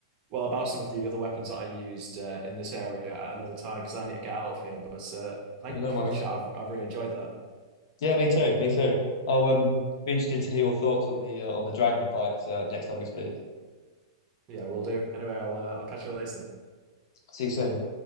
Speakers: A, on the right (about 35°); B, on the left (about 65°).
A: well about some of the other weapons that I used uh, in this area at another time because I need to get out of here. But uh, thank
B: Yeah, no
A: you
B: worries.
A: for the chat. I've, I've really enjoyed that.
B: Yeah, me too, me too. I'll um be interested to hear your thoughts on the uh, on the dragon fights uh, next time we speak.
A: Yeah, we will do. Anyway, I'll uh, I'll catch you later.
B: See you soon.